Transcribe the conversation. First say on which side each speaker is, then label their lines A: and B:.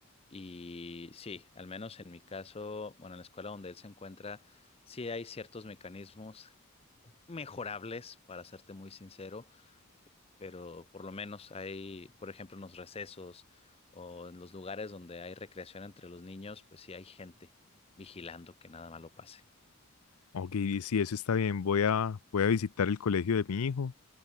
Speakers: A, on the left (about 25°); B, on the left (about 80°).
A: y sí, al menos en mi caso, bueno, en la escuela donde él se encuentra, sí hay ciertos mecanismos mejorables, para serte muy sincero, pero por lo menos hay, por ejemplo, en los recesos o en los lugares donde hay recreación entre los niños, pues sí hay gente vigilando que nada malo pase.
B: Ok, sí, eso está bien. Voy a, voy a visitar el colegio de mi hijo